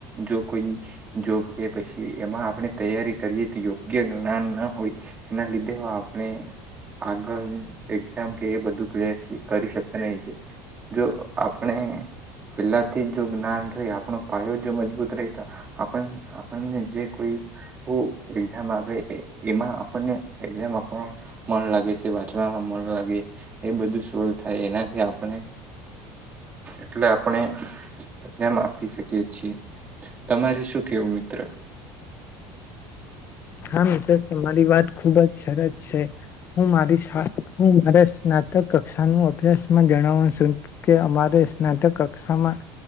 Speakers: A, on the right (about 30°); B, on the left (about 40°).
A: જો કોઈ, જોબ કે પછી એમાં આપણે તૈયારી કરીએ તો યોગ્ય જ્ઞાન ના હોય, એના લીધે ઓ આપણે આગળ એક્ઝામ કે એ બધું ક્લીઅર કરી શકતા નહી. જો આપણે પેલાથી જો જ્ઞાન રે, આપણો પાયો જો મજબૂત રહેતા આપણ-આપણને જે કોઈ હું એઝામ આવે એમાં આપણે એક્ઝામ આપવા મન લાગે છે. વાંચવામાં મન લાગે, એ બધું સોલ્ થાય એનાથી આપણે એટલે આપણે એકઝામ આપી શકીએ છીએ. તમારી શું કેવું મિત્ર?
B: હા, મિત્ર તમારી વાત ખૂબ જ સરસ છે. હું મારી સા હું મારા સ્નાતક કક્ષા નું અભ્યાસમાં જણાવું છું. કે, અમારે સ્નાતક કક્ષામાં